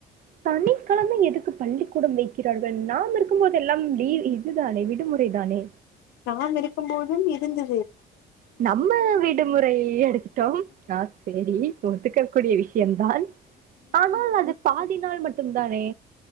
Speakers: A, on the right (about 55°); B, on the left (about 85°).
A: தனிிக்கிழமை எதுக்கு பள்ளிக்கூடம் வைக்கிறார்கள். நாம் இருக்கும்போது எல்லாம் லீவு இது தானே விடுமுறை தானே
B: நான் இருக்கும் போதும் இருந்து
A: நம்ம விடுமுறை எடுத்துட்டோம். ஆஹ் சரி ஒத்துக்கக்க கூடிய விஷயம்தான் ஆனால் அது பா பின்னால் மட்டும் தானே